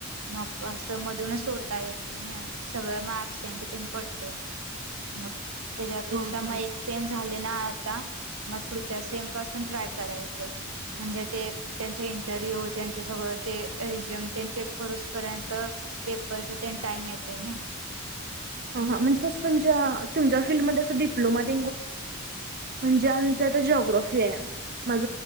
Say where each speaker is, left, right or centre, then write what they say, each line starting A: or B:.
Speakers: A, on the right (about 90°); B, on the right (about 45°).
A: मग असं मधूनच सोडता येत नाही ना सगळं मग अबसेंटथ पडते. मग त्याच्या अपेक्षा
B: हा हा
A: मग एक. सेम झाले ना आता मग पुढच्या सेम पासून ट्राय करायचं. म्हणजे ते त्यांच इंटरव्ह्यू त्यांचं सगळं ते रिझ्यूम त्यां चे करूस पर्यंत. पेपरचा त्यांनी टाईम येतय ना.
B: म्हणजे त तुम फीलड डिप्लोणत म्हण. ज्र माझ